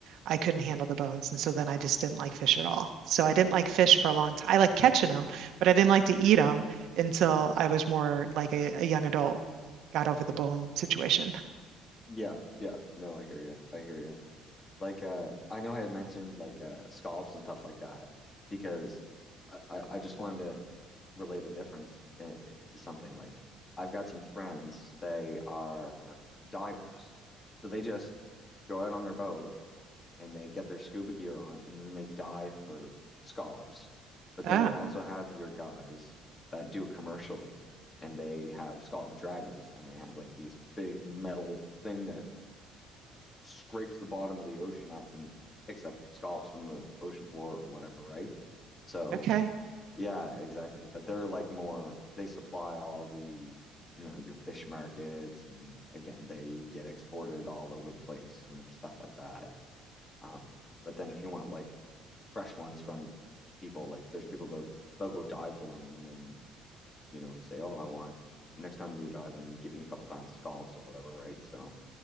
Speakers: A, on the right (about 70°); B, on the left (about 25°).
A: I couldn't handle the bones. And so then I just didn't like fish at all. So I didn't like fish for a long time. I liked catching them, but I didn't like to eat them until I was more like a, a young adult and got over the bone situation.
B: yeah, yeah. No, I hear you. I hear you. Like uh I know I had mentioned like uh scallops and stuff like that because I, I, I just wanted to relay the difference uh, to something. Like I've got some friends, they are divers. So they just go out on their boat and they get their scuba gear on and then they dive for scallops. But
A: Ah,
B: then you also have your guys that do it commercially and they have scallop draggers and they have like these big metal thing that scrapes the bottom of the ocean up and picks up scallops from the ocean floor or whatever, right? So,
A: okay.
B: yeah, exactly. But they're like more, they supply all the, you know, your fish markets. And again, they get exported all over the place and stuff like that. Um, but then if you want like fresh ones from people, like there's people that they'll go dive for them. And then, you know, you say, oh, I want next time you dive and get me a couple pounds of scallops or whatever, right? So,